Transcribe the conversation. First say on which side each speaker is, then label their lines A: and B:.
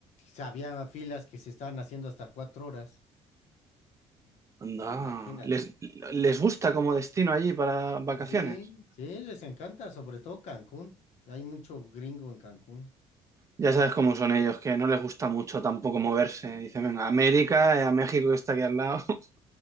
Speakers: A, on the left; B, on the right.
A: Había filas que se estaban haciendo hasta cuatro horas.
B: Anda,
A: Imagínate.
B: ¿les, les gusta como destino allí para vacaciones?
A: Sí, sí, les encanta, sobre todo Cancún. Hay mucho gringo en Cancún.
B: Ya sabes cómo son ellos, que no les gusta mucho tampoco moverse.
A: Eh,
B: Dicen, venga, América,
A: sí.
B: eh, a México que está aquí al lado, <laughs>